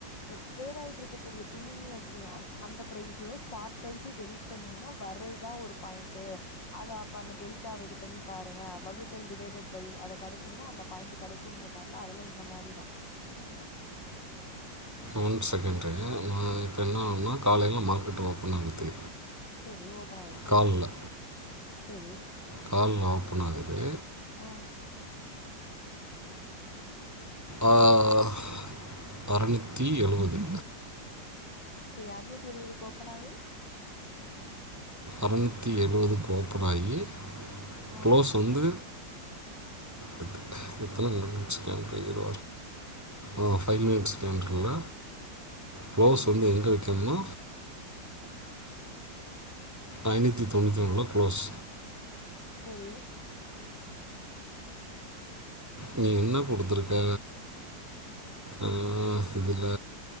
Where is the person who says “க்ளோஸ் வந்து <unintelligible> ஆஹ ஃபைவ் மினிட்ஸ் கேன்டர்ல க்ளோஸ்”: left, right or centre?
Right